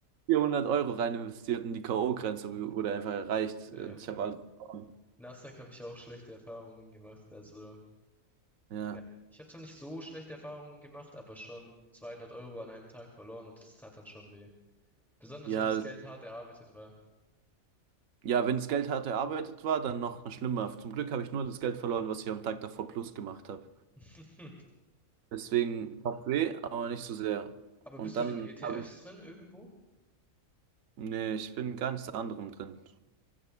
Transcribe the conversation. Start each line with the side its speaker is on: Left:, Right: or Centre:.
Right: 400 Euro rein investiert und die K.O.-Grenze wurde einfach erreicht.
Centre: Ja,
Right: Und
Centre: mit
Right: ich habe alles. verloren.
Centre: Nasdaq habe ich auch schlechte Erfahrungen gemacht. Also,
Right: Ja.
Centre: ja, ich habe zwar nicht so schlechte Erfahrungen gemacht, aber schon 200 Euro an einem Tag verloren und das tat dann schon weh. Besonders
Right: Ja,
Centre: wenn das Geld hart erarbeitet war.
Right: Ja, wenn das Geld hart erarbeitet war, dann noch schlimmer. Zum Glück habe ich nur das Geld verloren, was ich am Tag davor plus gemacht habe.
Centre: <laughs>
Right: Deswegen tat weh, aber nicht so sehr.
Centre: Aber
Right: Und
Centre: bist
Right: dann
Centre: du in ETFs
Right: habe ich,
Centre: drin irgendwo?
Right: nee, ich bin gar nichts anderem drin.